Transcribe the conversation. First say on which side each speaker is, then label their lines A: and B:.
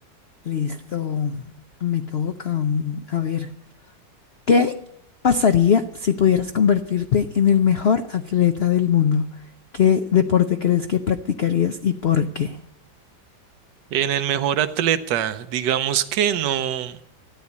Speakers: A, on the left; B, on the right.
A: Listo, me toca. mm, A ver, ¿qué pasaría si pudieras convertirte en el mejor atleta del mundo? ¿Qué deporte crees que practicarías y por qué?
B: En el mejor atleta, digamos que no.